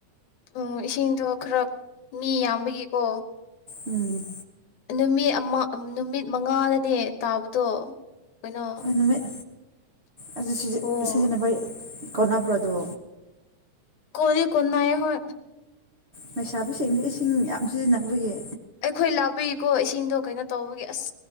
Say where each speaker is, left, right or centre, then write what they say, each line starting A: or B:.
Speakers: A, on the left; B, on the right.
A: ꯎ ꯏꯁꯤꯡꯗꯣ ꯈꯔ ꯃꯤ ꯌꯥꯝꯕꯒꯤꯀꯣ
B: ꯎꯝ
A: ꯅꯨꯃꯤꯠ ꯑꯃ ꯅꯨꯃꯤꯠ ꯃꯉꯥꯗꯅꯦ ꯇꯥꯕꯗꯣ ꯀꯩꯅꯣ
B: ꯅꯨꯃꯤꯠ ꯑꯁꯤ
A: ꯑꯣ
B: ꯁꯤꯖꯤꯟꯅꯕꯩ ꯀꯣꯟꯅꯕ꯭ꯔꯣꯗꯣ
A: ꯀꯣ ꯀꯅꯥꯑ ꯍ
B: ꯂꯩꯩꯁꯥꯕꯨ ꯁꯦꯡꯗ ꯏꯁꯤꯡ ꯌꯥꯝ ꯁꯤꯖꯤꯟꯅꯈ꯭ꯔꯒꯦ
A: ꯑꯩꯈꯣꯏ ꯂꯥꯛꯄꯤꯀꯣ ꯏꯁꯤꯡꯗꯣ ꯀꯩꯅꯣ ꯇꯧꯕꯒꯤ ꯑꯁ